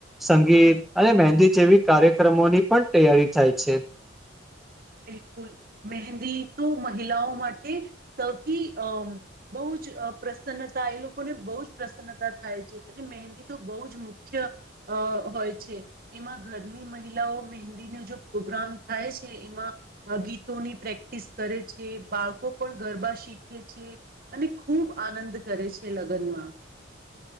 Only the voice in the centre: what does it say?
સંગીત અને મહેંદી જેવી કાર્યક્રમોની પણ તૈયારી થાય છે.